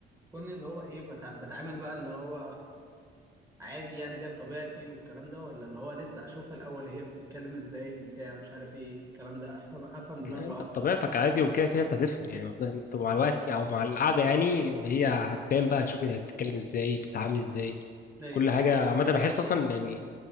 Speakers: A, on the right; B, on the left.
A: أكون اللي هو إيه بتع... بتعامل بقى اللي هو عادي يعني كده بطبيعتي والكلام ده ولا اللي هو لسه أشوفها الأول هي بتتكلم إزاي بتاع مش عارف إيه الكلام ده أفهم أفهم دماغها
B: لا انت
A: أكتر
B: بطبيعتك عادي وكده كده انت هتفهم يعني لازم انت مع الوقت او مع القعده يعني هي هتبان بقى هتشوف هي بتتكلم ازاي بتتعامل ازاي
A: <laughs> أيوه
B: كل
A: أيوه
B: حاجه عامه بحس اصلا يعني